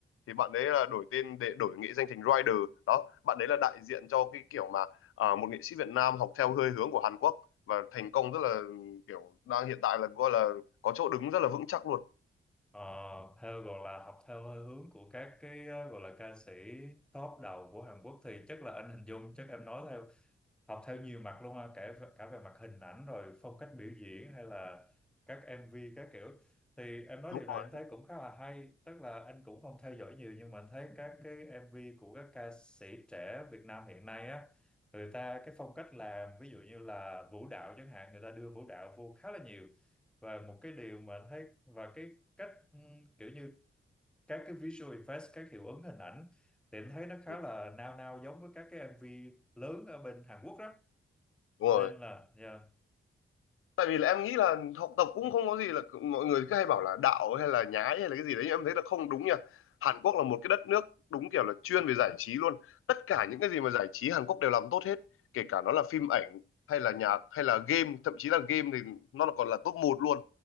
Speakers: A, on the left; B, in the centre.
A: thì bạn đấy là đổi tên để đổi nghệ danh thành Rider đó bạn đấy là đại diện cho cái kiểu mà à, một nghệ sĩ Việt Nam học theo hơi hướng của Hàn Quốc và thành công rất là kiểu đang hiện tại là gọi là có chỗ đứng rất là vững chắc luôn
B: Ờ, theo gọi là học theo hơi hướng của các cái ờ, gọi là ca sĩ top đầu của Hàn Quốc thì chắc là anh hình dung chắc em nói theo học theo nhiều mặt luôn ha kể cả cả về mặt hình ảnh rồi phong cách biểu diễn hay là các MV các kiểu thì em nói
A: đúng
B: điều này
A: rồi
B: anh thấy cũng khá là hay tức là anh cũng không theo dõi nhiều nhưng mà anh thấy các cái MV của các ca sĩ trẻ Việt Nam hiện nay á người ta cái phong cách làm ví dụ như là vũ đạo chẳng hạn người ta đưa vũ đạo vô khá là nhiều và một cái điều mà anh thấy và cái cách ừm, kiểu như các cái visual effects các hiệu ứng hình ảnh thì em thấy nó khá
A: Ừ,
B: là nao nao giống với các cái MV lớn ở bên Hàn Quốc đó
A: đúng rồi
B: nên là yeah.
A: tại vì là em nghĩ là học tập cũng không có gì là mọi người cứ hay bảo là đạo hay là nhái hay là cái gì đấy nhưng em thấy là không đúng nha Hàn Quốc là một cái đất nước đúng kiểu là chuyên về giải trí luôn tất cả
B: ừ.
A: những cái gì mà giải trí Hàn Quốc đều làm tốt hết kể cả nó là phim ảnh hay là nhạc hay là game thậm chí là game thì nó là còn là top một luôn